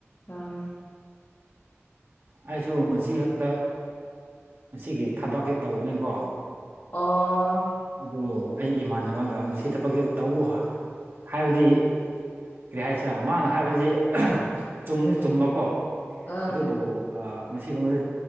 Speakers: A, on the left; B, on the right.
A: ꯑꯥ
B: ꯑꯩꯁꯨ ꯉꯁꯤ ꯈꯛꯇ ꯉꯁꯤꯒꯤ ꯊꯕꯛꯁꯤ ꯇꯧꯕꯅꯤꯀꯣ
A: ꯑꯣ ꯑꯣ
B: ꯑꯗꯨ ꯑꯩ ꯏꯃꯥꯟꯅꯕꯒ ꯃꯁꯤ ꯊꯕꯛꯁꯤ ꯇꯧꯎ ꯍꯥꯏꯕꯗꯤ ꯀꯔꯤ ꯍꯥꯏꯁꯤꯔ ꯃꯥꯅ ꯍꯥꯏꯕꯁꯤ ꯆꯨꯝꯗꯤ ꯆꯨꯝꯃꯀꯣ
A: ꯑꯥ
B: ꯑꯗꯨꯕꯨ ꯑꯥ ꯃꯁꯤꯒꯨꯝꯕꯗ